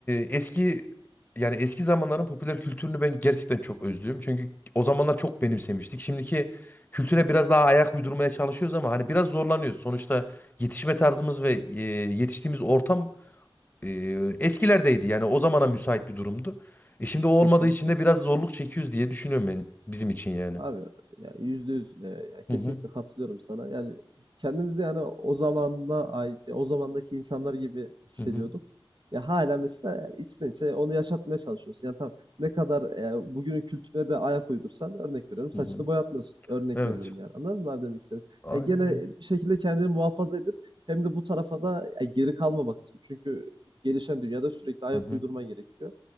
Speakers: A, on the left; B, on the right.
A: eski yani eski zamanların popüler kültürünü ben gerçekten çok özlüyorum. Çünkü o zamanlar çok benimsemiştik. Şimdiki kültüre biraz daha ayak uydurmaya çalışıyoruz ama hani biraz zorlanıyoruz. Sonuçta yetişme tarzımız ve e, yetiştiğimiz ortam e, eskilerdeydi. Yani o zamana müsait bir durumdu. E şimdi o olmadığı
B: Kesinlikle.
A: için de biraz zorluk çekiyoruz diye düşünüyorum ben bizim için yani.
B: Abi ya yüzde yüz e, ya kesinlikle
A: Hı hı.
B: katılıyorum sana. Yani kendimizi yani o zamanda ait, o zamandaki insanlar gibi hissediyorduk.
A: Hı hı.
B: Ya hala mesela içten içe onu yaşatmaya çalışıyorsun. Yani tamam ne kadar e, bugünün kültürüne de ayak uydursan örnek veriyorum
A: Hı
B: saçını
A: hı.
B: boyatmıyorsun. Örnek
A: Evet.
B: veriyorum yani. Anladın mı abi demek istedim?
A: Aynen
B: Ya gene
A: öyle.
B: bir şekilde kendini muhafaza edip hem de bu tarafa da ya geri kalmamak için. Çünkü gelişen dünyada sürekli ayak
A: Hı hı.
B: uydurman gerekiyor.